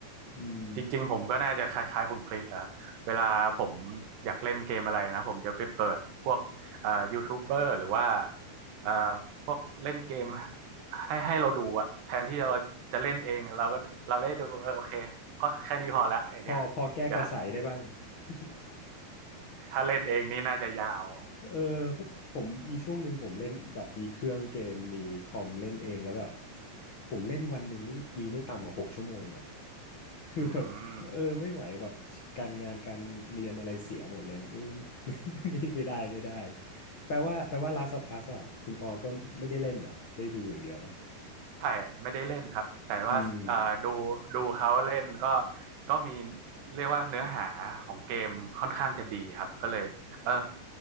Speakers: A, on the left; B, on the right.
A: อืม
B: จริงๆผมก็น่าจะคล้ายๆคุณคริสครับ เวลาผมอยากเล่นเกมอะไรนะผมจะไปเปิดพวกเอ่อยูทูบเบอร์หรือว่าเอ่อพวกเล่นเกมให้ให้เราดูอะแทนที่เราจะเล่นเองเราก็เราได้ดูเออโอเคเพราะแค่นี้พอละอย่างเงี้ยเดี๋ยวถ้า
A: พอพอแก้กระใสได้บ้าง <laughs>
B: ถ้าเล่นเองนี่น่าจะยาว
A: เออเพราะผมมีช่วงหนึ่งผมเล่นแบบมีเครื่องเกมมีคอมเล่นเองแล้วแบบผมเล่นวันหนึ่งนี่มีไม่ต่ำกว่าหกชั่วโมงอ่ะ คือแบบเออไม่ไหวแบบการงานการเรียนอะไรเสียหมดเลยไม่
B: อืม
A: <laughs> ไม่ไม่ไม่ได้ไม่ได้แปลว่าแปลว่า Last of Us อะคุณปอก็ไม่ได้เล่นเหรอได้ดูอย่างเดียวปะ
B: ใช่ไม่ได้เล่นครับแต่ว่าเอ่อดูดูเขาเล่นก็
A: อืม
B: ก็มีเรียกว่าเนื้อหาของเกมค่อนข้างจะดีครับก็เลยเออ